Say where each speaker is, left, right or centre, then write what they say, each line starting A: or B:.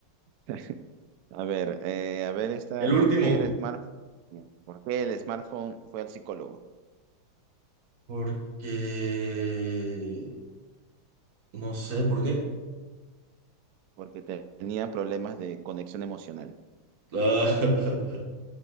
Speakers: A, on the right (about 85°); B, on the right (about 50°).
A: <laughs> A ver, eh, a ver esta,
B: El
A: ¿por
B: último.
A: qué el smartphone, por qué el smartphone fue al psicólogo?
B: Porque... No sé por qué.
A: Porque te- tenía problemas de conexión emocional.
B: Ah,